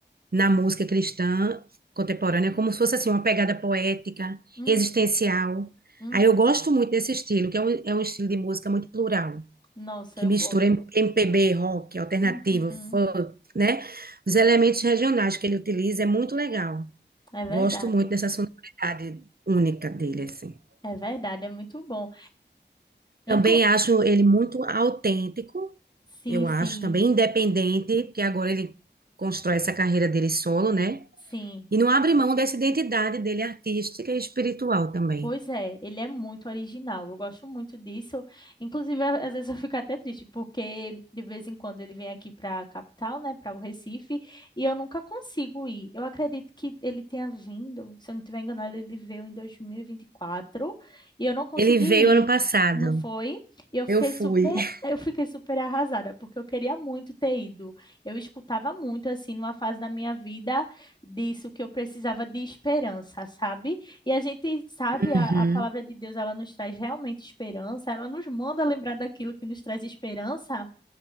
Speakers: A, on the right; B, on the left.
A: na música cristã contemporânea, como se fosse assim, uma pegada poética,
B: Uhum,
A: existencial.
B: uhum.
A: Aí eu gosto muito desse estilo, que é um, é um estilo de música muito plural
B: Nossa,
A: que
B: eu
A: mistura
B: gosto.
A: M- MPB, rock, alternativo,
B: Uhum,
A: funk, né? Os elementos regionais que ele utiliza é muito legal.
B: é verdade.
A: Gosto muito dessa sonoridade única dele, assim.
B: É verdade, é muito bom.
A: Também
B: Inclu-
A: acho ele muito autêntico,
B: sim,
A: eu
B: sim,
A: acho, também independente, porque agora ele constrói essa carreira dele solo, né?
B: sim.
A: E não abre mão dessa identidade dele artística e espiritual também.
B: Pois é, ele é muito original. Eu gosto muito disso. Inclusive, a- às vezes eu fico até triste, porque de vez em quando ele vem aqui para a capital, né, para o Recife, e eu nunca consigo ir. Eu acredito que ele tenha vindo, se eu não estiver enganado, ele veio em 2024 e vinte e quatro e eu não consegui
A: Ele veio
B: ir.
A: ano passado.
B: Não foi? E eu fiquei
A: Eu fui.
B: super,
A: <laughs>
B: eu fiquei super arrasada, porque eu queria muito ter ido. Eu escutava muito assim numa fase da minha vida disso que eu precisava de esperança, sabe? E a gente sabe, a,
A: Uhum,
B: a palavra de Deus, ela nos traz realmente esperança, ela nos manda lembrar daquilo que nos traz esperança.